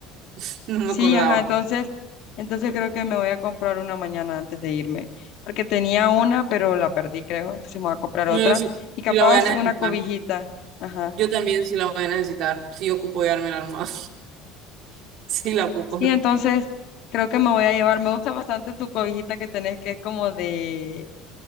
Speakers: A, on the right; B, on the left.
A: <laughs> No me
B: Sí,
A: acordaba.
B: ajá, entonces, entonces creo que me voy a comprar una mañana antes de irme, porque tenía una, pero la perdí, creo. Entonces me voy a comprar
A: No
B: otra
A: sé si,
B: y capaz
A: si la voy a necesitar.
B: una cobijita. Ajá.
A: Yo también sí la voy a necesitar. Sí ocupo llevarme la almohada. <laughs> Sí la ocupo.
B: Sí, entonces creo que me voy a llevar. Me gusta bastante tu cobijita que tenés, que es como de,